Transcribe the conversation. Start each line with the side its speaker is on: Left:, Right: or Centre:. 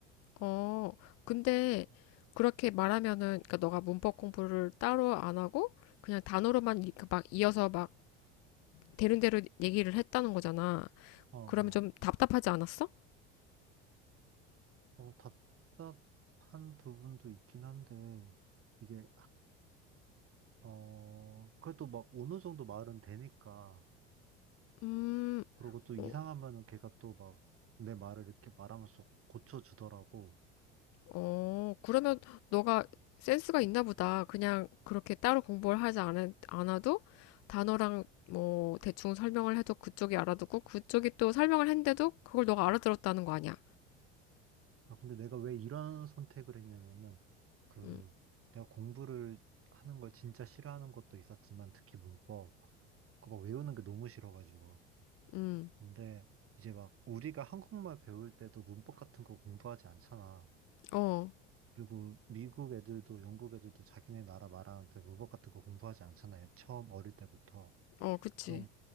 Left: 어, 근데, 그렇게 말하면은, 그니까 너가 문법 공부를 따로 안 하고, 그냥 단어로만 이- 그막 이어서 막 되는 대로 얘기를 했다는 거잖아.
Right: 어, 어,
Left: 그러면 좀 답답하지 않았어?
Right: 어, 답답한 부분도 있긴 한데 이게, 어, 그래도 막 어느 정도 말은 되니까
Left: 음,
Right: 그리고 또 이상하면은
Left: 어,
Right: 걔가 또 막 내 말을 이렇게 말하면서 고쳐주더라고.
Left: 어, 그러면 너가 센스가 있나 보다. 그냥 그렇게 따로 공부를 하지 않, 않아도 단어랑 뭐 대충 설명을 해도 그쪽이 알아듣고 그쪽이 또 설명을 했는데도 그걸 너가 알아들었다는 거 아니야.
Right: 아, 근데 내가 왜 이런 선택을 했냐면은, 그,
Left: 음,
Right: 내가 공부를 하는 걸 진짜 싫어하는 것도 있었지만, 특히 문법, 그거 막 외우는 게 너무 싫어가지고.
Left: 음,
Right: 근데 이제 막 우리가 한국말 배울 때도 문법 같은 거 공부하지 않잖아.
Left: 어,
Right: 그리고 미국 애들도 영국 애들도 자기네 나라 말하는데 문법 같은 거 공부하지 않잖아요. 처음 어릴 때부터.
Left: 어, 그치.
Right: 좀